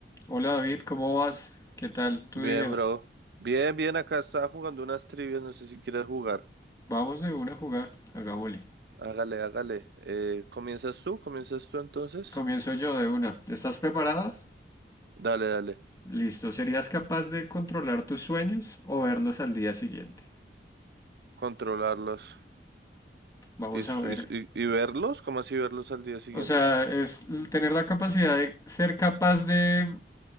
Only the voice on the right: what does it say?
Bien,
bro. Bien, bien, acá estaba jugando unas trivias, no sé si quieres jugar.
Hágale, hágale. Eh, ¿comienzas tú? ¿Comienzas tú entonces?
Dale, dale.
Controlarlos
y, s-
y, s- y- y verlos, ¿cómo así verlos al día siguiente?